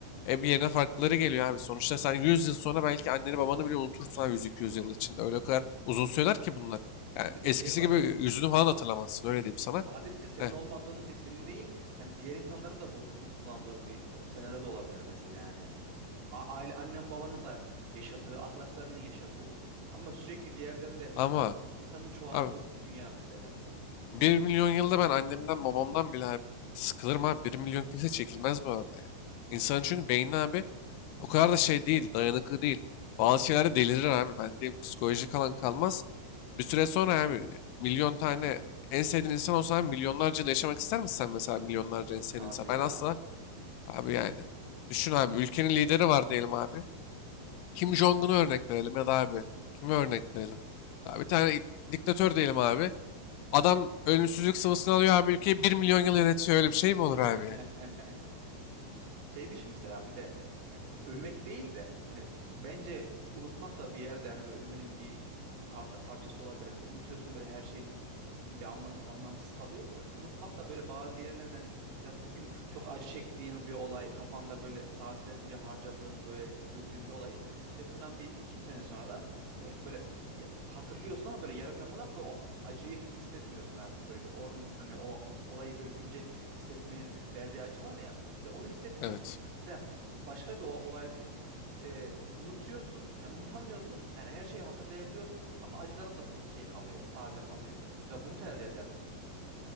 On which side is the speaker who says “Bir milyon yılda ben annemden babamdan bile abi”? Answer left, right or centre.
Left